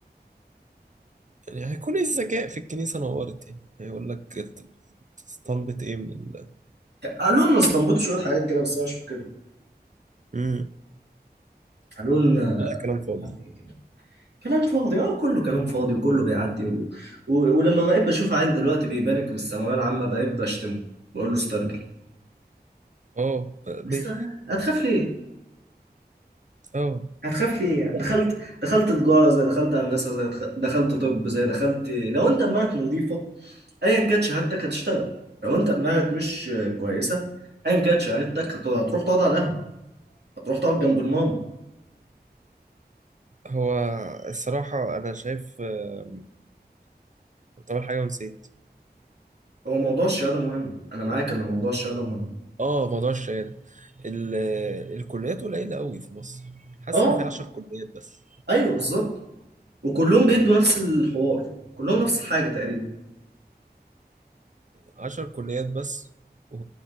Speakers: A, on the right; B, on the right.
A: هيكون ايه الذكاء في الكنيسة نورت يعني هيقول لك ات- طلبت ايه من الله
B: قالوا لنا استنبطوا شوية حاجات كده بس أنا مش فاكرها
A: امم
B: قالوا لنا
A: والله كلام فاضي
B: كده كلام فاضي اه كله كلام فاضي وكله بيعدي و... و... ولما بقيت بشوف عيل دلوقتي بيبانك من الثانوية العامة بقيت بشتمه بقول له استرجل
A: اه ب...
B: بس هتخاف ليه؟
A: اه
B: هتخاف ليه يعني؟
A: لا
B: دخلت دخلت تجارة زي دخلت هندسة زي دخ- دخلت طب زي دخلت لو انت دماغك نظيفة ايا كانت شهادتك هتشتغل لو انت دماغك مش كويسة ايا كانت شهادتك هت- هتروح تقعد على القهوة هتروح تقعد جنب الماما
A: هو الصراحة أنا شايف آه، كنت أول حاجة ونسيت
B: هو موضوع الشهادة مهم انا معاك ان موضوع الشهادة مهم
A: اه موضوع الشهادة ال... الكليات قليلة قوي في مصر حاسس
B: اه
A: إن في عشر كليات بس
B: ايوه بالظبط وكلهم بيدوا نفس الحوار كلهم نفس الحاجة تقريبا
A: عشر كليات بس و...